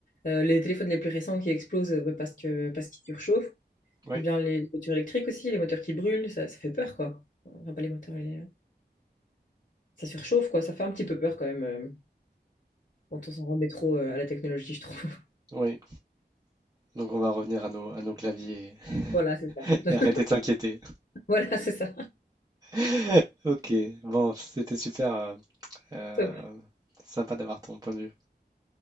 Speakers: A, on the left; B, on the right.
A: euh, les téléphones les plus récents qui explosent euh, parce que, parce qu'ils surchauffent,
B: oui,
A: ou bien les, les voitures électriques aussi, les moteurs qui brûlent, ça, ça fait peur, quoi. Enfin, pas les moteurs, les- euh, ça surchauffe, quoi. Ça fait un petit peu peur quand même, euh, quand on s'en remet trop euh, à la technologie, je trouve. <laughs>
B: oui. Donc on va revenir à nos, à nos claviers
A: Voilà, c'est ça.
B: et, <laughs> et
A: <laughs>
B: arrêter de s'inquiéter.
A: Voilà, c'est ça.
B: <laughs> Ok, bon, c'était super. euh, euh,
A: Top.
B: sympa d'avoir ton point de vue.